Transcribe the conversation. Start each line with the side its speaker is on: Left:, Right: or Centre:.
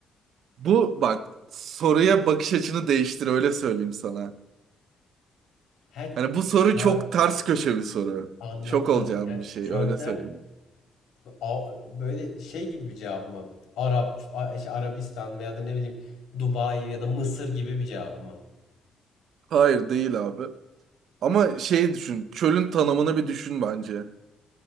Right: Bu bak soruya bakış açını değiştir öyle söyleyeyim sana.
Left: He
Right: Hani bu soru
Left: çöl.
Right: çok ters köşe bir soru.
Left: Anladım.
Right: Şok olacağın
Left: Yani
Right: bir şey
Left: çölden
Right: öyle söyleyeyim.
Left: A- böyle şey gibi bir cevap mı? Arap, A- işte Arabistan veya da ne bileyim Dubai ya da Mısır gibi bir cevap mı?
Right: Hayır değil abi. Ama şey düşün. Çölün tanımını bir düşün bence.